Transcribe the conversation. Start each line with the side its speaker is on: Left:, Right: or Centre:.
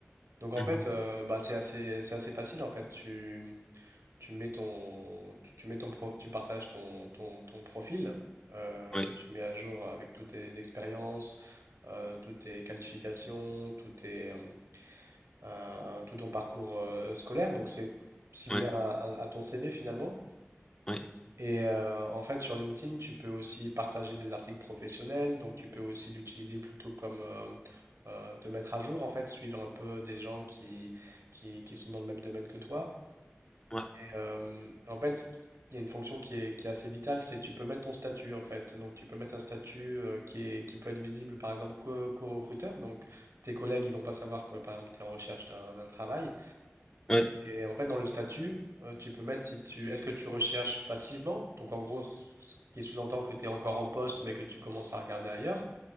Right: Donc en
Left: mhm.
Right: fait, euh, bah, c'est assez, c'est assez facile en fait. Tu tu mets ton, tu tu mets ton pro- tu partages ton, ton, ton profil euh,
Left: Ouais,
Right: que tu mets à jour avec toutes tes expériences, euh, toutes tes qualifications, tout tes, euh, euh, tout ton parcours euh, scolaire. Donc c'est similaire
Left: ouais,
Right: à, à- à ton CV finalement.
Left: ouais,
Right: Et euh, en fait, sur LinkedIn, tu peux aussi partager des articles professionnels. Donc tu peux aussi l'utiliser plutôt comme euh, euh, te mettre à jour, en fait, suivre un peu des gens qui, qui, qui sont dans le même domaine que toi.
Left: ouais,
Right: Euh, en fait, il y a une fonction qui est, qui est assez vitale, c'est tu peux mettre ton statut en fait. Donc tu peux mettre un statut euh, qui est, qui peut être visible par exemple qu'aux qu'aux recruteurs. Donc tes collègues, ils vont pas savoir que par exemple tu es en recherche d'un d'un travail.
Left: ouais,
Right: Et en fait, dans le statut, euh, tu peux mettre si tu est-ce que tu recherches passivement? Donc en gros, ce qui sous-entend que tu es encore en poste mais que tu commences à regarder ailleurs.